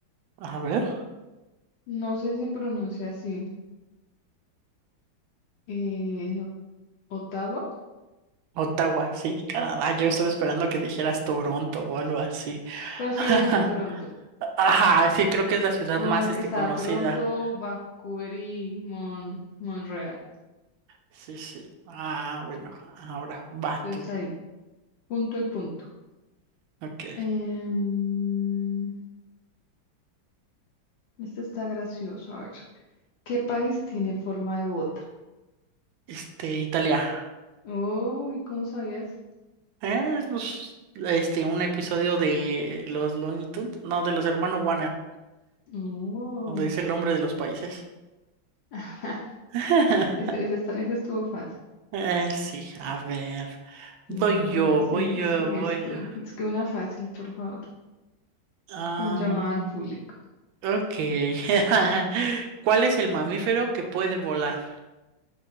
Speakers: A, on the right; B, on the left.
A: A ver.
B: No sé si se pronuncia así. eh, Ottawa,
A: Ottawa, sí, Canadá. Yo estaba esperando que dijeras Toronto o algo así.
B: pero sí
A: <laughs>
B: iba a decir Toronto.
A: Ajá, sí, creo que es la ciudad
B: O
A: más
B: el
A: este,
B: que está
A: conocida.
B: Toronto, Vancouver y Mon- Montreal.
A: Sí, sí. Ah, bueno, ahora va
B: Entonces
A: tú.
B: ahí, punto y punto.
A: Ok.
B: Em, este está gracioso, a ver. ¿Qué país tiene forma de bota?
A: Este, Italia.
B: Uy, ¿cómo sabías?
A: Eh, pues, este, un episodio de los Looney Tunes, no, de los hermanos Warner,
B: Oh.
A: donde dice el nombre de los países.
B: <laughs>
A: <laughs>
B: Ese, ese está- ese estuvo fácil.
A: Eh, sí, a ver. Voy
B: Listo, Ahora
A: yo,
B: sigue,
A: voy yo,
B: sigues
A: voy
B: tú.
A: yo.
B: Es que una fácil, por favor.
A: Ah,
B: Con llamada al público.
A: ok. <laughs> ¿Cuál es el mamífero que puede volar?